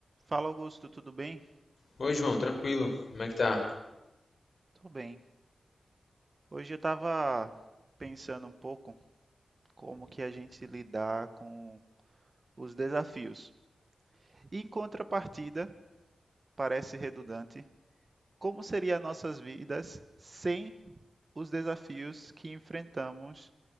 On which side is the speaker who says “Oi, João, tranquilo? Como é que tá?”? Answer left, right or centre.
Left